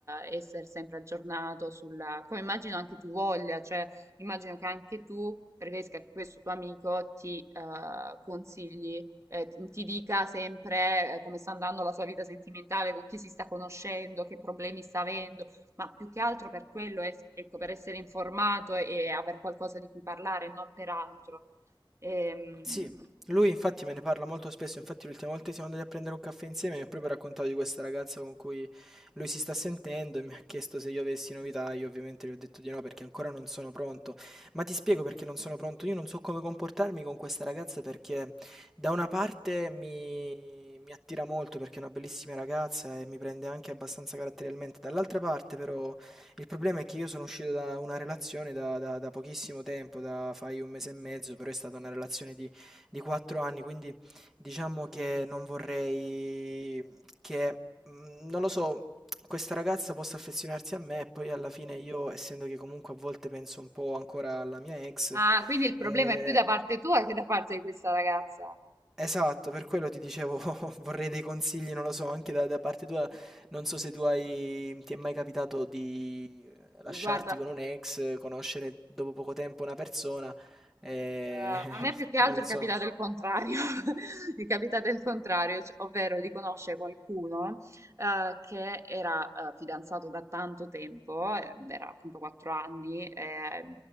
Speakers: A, on the right; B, in the centre.
A: eh, essere sempre aggiornato sulla, come immagino anche tu voglia, cioè immagino che anche tu preferisca che questo tuo amico ti eh, consigli. eh, t- ti dica sempre eh, come sta andando la sua vita sentimentale, con chi si sta conoscendo, che problemi sta avendo, ma più che altro per quello, es- ecco, per essere informato e, e aver qualcosa di cui parlare, non per altro. Ehm,
B: Sì, lui infatti me ne parla molto spesso, infatti l'ultima volta che siamo andati a prendere un caffè insieme mi ha proprio raccontato di questa ragazza con cui lui si sta sentendo e mi ha chiesto se io avessi novità, io ovviamente gli ho detto di no perché ancora non sono pronto, ma ti spiego perché non sono pronto, io non so come comportarmi con questa ragazza perché da una parte mi, mi attira molto perché è una bellissima ragazza e mi prende anche abbastanza caratterialmente, dall'altra parte però il problema è che io sono uscito da una relazione da, da da pochissimo tempo, da fai un mese e mezzo, però è stata una relazione di di 4 anni, quindi diciamo che non vorrei che, mhmm, non lo so, questa ragazza possa affezionarsi a me e poi alla fine io, essendo che comunque a volte penso un po' ancora alla mia ex,
A: Ah, quindi il
B: ehm
A: problema è più da parte tua che da parte di questa ragazza.
B: esatto, per quello ti dicevo <laughs> vorrei dei consigli, non lo so, anche da da parte tua. Non so se tu hai ti è mai capitato di lasciarti
A: Guarda.
B: con un'ex, conoscere dopo poco tempo una persona, ehm,
A: Eh, a me più che
B: <laughs>
A: altro
B: non
A: è
B: so.
A: capitato il contrario, <laughs> è capitato il contrario, c- ovvero di conoscere qualcuno eh, che era eh, fidanzato da tanto tempo, eh, era appunto 4 anni, eh,